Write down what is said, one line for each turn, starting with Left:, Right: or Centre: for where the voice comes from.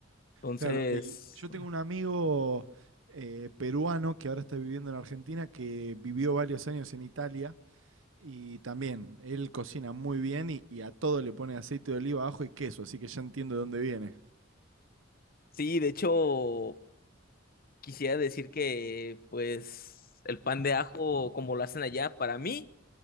Left: Entonces,
Right: Claro, y yo tengo un amigo eh, peruano que ahora está viviendo en Argentina, que vivió varios años en Italia y también él cocina muy bien y, y a todo le pone aceite de oliva, ajo y queso, así que ya entiendo de dónde viene.
Left: sí, de hecho, quisiera decir que, pues, el pan de ajo, como lo hacen allá, para mí